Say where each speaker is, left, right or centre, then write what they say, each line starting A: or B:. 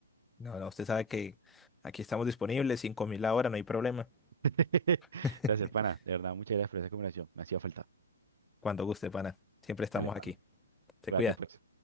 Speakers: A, in the centre; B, on the right.
A: No, no, usted sabe que aquí estamos disponibles, 5.000 la hora, no hay problema.
B: <laughs>
A: <laughs>
B: gracias pana de verdad muchas gracias por esa conversación me hacía falta
A: Cuando guste, pana. Siempre estamos
B: dale pana
A: aquí. Se
B: cuídate
A: cuida.
B: pues